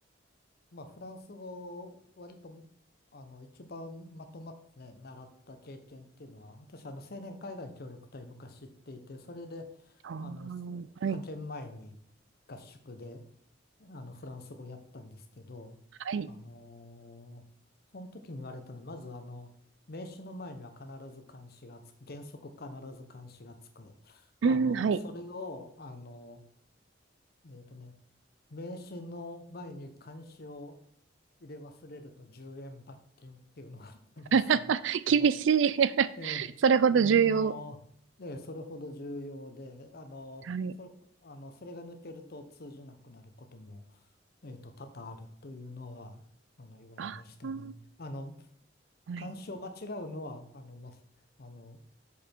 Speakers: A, on the left; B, on the right.
A: まあ、フランス語を割と、あの、一番まとまって習った経験っていうのは、私、あの、青年海外協力隊昔行っていて、それで、
B: <laughs> おー、
A: あの、派遣前に合宿で、
B: はい。
A: あの、フランス語やったんですけど、
B: はい。
A: あのーその時に言われたのは、まずあの、名詞の前には必ず冠詞がつく、原則必ず冠詞がつく。
B: うん、
A: あの、
B: はい。
A: それを、あの、えっとね、名詞の前に冠詞を入れ忘れると10円罰金っていうのがあったんですよ。
B: <laughs> 厳しい。
A: もう
B: <laughs>
A: ええ、
B: それほど重要。
A: あのーええ、それほど重要で、あのー、
B: はい。
A: そ、あの、それが抜けると通じなくなることもえっと、多々あるというのは、あの、言われましたね。
B: ああー、
A: あの、
B: はい。
A: 漢詩を間違うのは、あの、ま、あの、